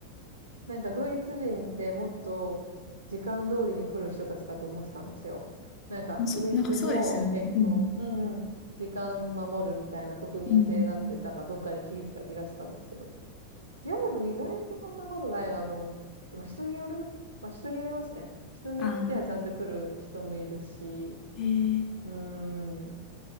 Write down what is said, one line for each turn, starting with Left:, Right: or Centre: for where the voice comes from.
Right: なんかドイツ人ってもっと時間通りに来る人たちだと思ってたんですよ。なんかドイツも結構、
Left: しなんかそうですよね。うん。
Right: うんうん、時間守るみたいな国民性だって、
Left: うん。
Right: なんかどっかで聞いてた気がしたんですけど。いや、でも意外とそんなことないなと思って、まあ、人による、まあ、人によりますね。人によってはちゃんと来る人もいるし、
Left: ああ、ええ。
Right: うーん、っ